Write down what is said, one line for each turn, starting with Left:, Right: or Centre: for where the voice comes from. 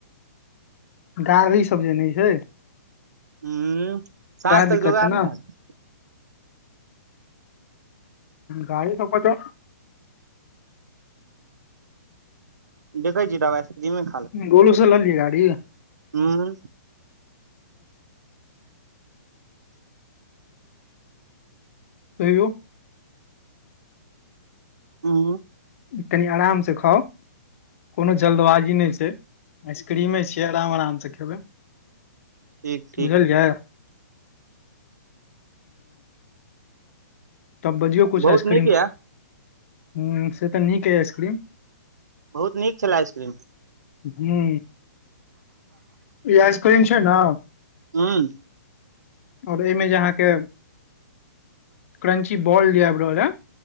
Left: गाड़ी सब जे नहि छैय
Right: ह साँझ
Left: सएह
Right: तक
Left: दिक्कत
Right: जोगाड़
Left: छै ने
Right: नहि हेतै
Left: गाड़ी सब के त
Right: देखै छी दवाइ जिमे
Left: गोलू से लऽ लियऐ गाड़ी
Right: हूँ
Left: तहियौ
Right: हँ
Left: कनि आराम से खाउ कोनो जल्दबाजी नहि छै आइसक्रीमे छैिय आब आराम से खेबै
Right: ठीक ठीक
Left: बुझलीयै हू तब बजियौ किछु
Right: बहुत
Left: आइसक्रीम
Right: नीक यऽ
Left: पर ह से तऽ नीक यइ आइसक्रीम
Right: बहुत नीक छला आइसक्रीम
Left: ह ई आइसक्रीम छै ने
Right: हँ
Left: और ए में जे अहा के क्रंची बॉल जे आब रहल यै